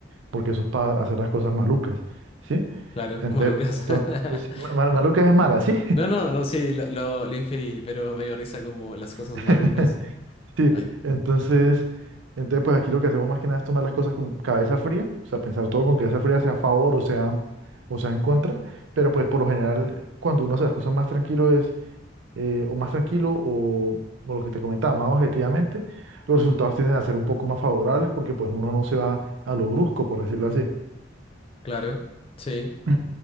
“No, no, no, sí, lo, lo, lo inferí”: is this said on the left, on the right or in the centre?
Left